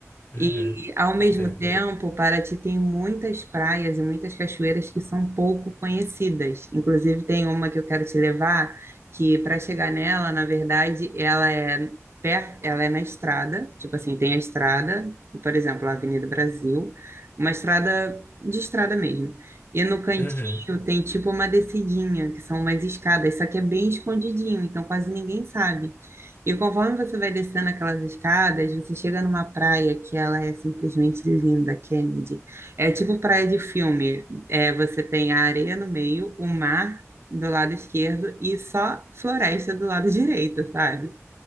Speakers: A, on the left (about 35°); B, on the right (about 50°).
A: Uhum.
B: E, ao mesmo
A: Entendo.
B: tempo, Paraty tem muitas praias e muitas cachoeiras que são pouco conhecidas. Inclusive, tem uma que eu quero te levar, que para chegar nela, na verdade, ela é per... ela é na estrada, tipo assim, tem a estrada, por exemplo, a Avenida Brasil, uma estrada de estrada mesmo. E no cantinho
A: Uhum.
B: tem tipo uma descidinha, que são umas escadas, só que é bem escondidinho, então quase ninguém sabe. E conforme você vai descendo aquelas escadas, você chega numa praia que ela é simplesmente linda, Kennedy. É tipo praia de filme. É, você tem a areia no meio, o mar do lado esquerdo e só floresta do lado <laughs> direito, sabe?